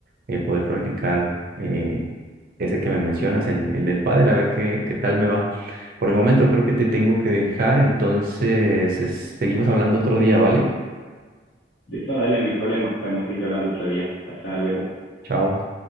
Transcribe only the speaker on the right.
eh, poder practicar eh, ese que me mencionas, el, el del pádel, a ver qué, qué tal me va. Por el momento creo que te tengo que dejar, entonces es- seguimos hablando otro día, ¿vale?
Chao.